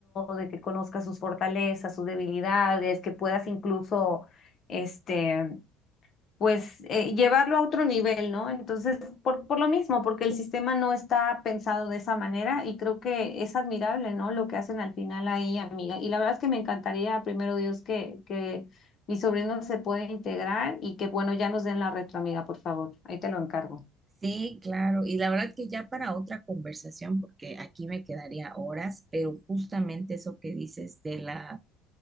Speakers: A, on the left (about 45°); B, on the right (about 25°).
A: de que conozca sus fortalezas, sus debilidades, que puedas incluso, este, pues, eh, llevarlo a otro nivel, ¿no? Entonces, por, por lo mismo, porque el sistema no está pensado de esa manera y creo que es admirable, ¿no? Lo que hacen al final ahí, amiga. Y la verdad es que me encantaría, primero Dios, que... que mi sobrino se pueda integrar y que bueno, ya nos den la retro, amiga, por favor. Ahí te lo encargo.
B: Sí, claro. Y la verdad que ya para otra conversación, porque aquí me quedaría horas, pero justamente eso que dices de la